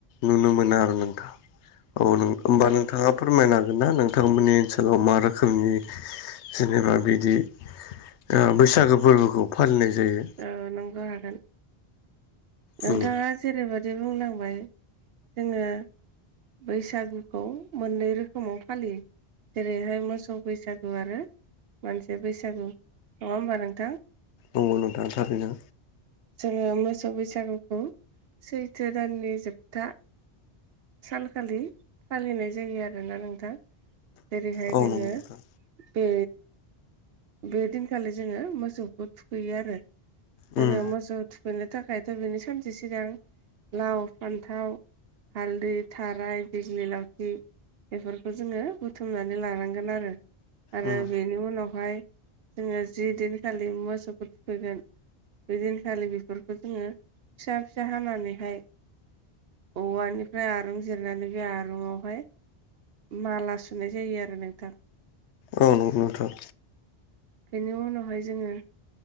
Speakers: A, on the left; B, on the right.
A: नुनो मोना आरो नोंथां। औ नों होमबा नोंथाङा फोरमायनो हागोन ना नोंथां? मोनि ओनसोलाव मा रोखोमनि जिनेबा बिदि ओ बैसागो फोरबोखौ फालिनाय जायो
B: ओ नंग' हागोन। नोंथाङा
A: उम
B: जेरैबादि बुंलांबाय जोङो बैसागुखौ मोननै रोखोमाव फालियो। जेरैहाय मोसौ बैसागु आरो मानसि बैसागु नङा होमबा नोंथां?
A: दङ नोंथां थारैनो
B: जोङो मोसौ बैसागुखौ सैथो दाननि जोबथा सानखालि फालिनाय जायो आरोना नोंथां। जेरैहाय
A: औ
B: जोङो
A: नंगौ नोंथां
B: बे बे दिनखालि जोङो मोसौखौ थुखैयो आरो
A: उम
B: जोङो मोसौ थु मोननो थाखायथ' बेनो सानसे सिगां लाव फान्थाव हालदै थाराय दिग्लि लावथि बेफोरखौ जोङो बुथुमनानै लानांगोन आरो आरो
A: उम
B: बेनि उनावहाय जोङो जि दिनखालि मोसौखौ थुखैगोन बेदिनखालि बेफोरखौ जोङो फिसा फिसा हानानैहाय औवानिफ्राय आरुं जिरनानै बे आरुंआवहाय माला सुनाय जायो आरो नोंथां।
A: औ नंगौ नोंथां।
B: बेनि उनावहाय जोङो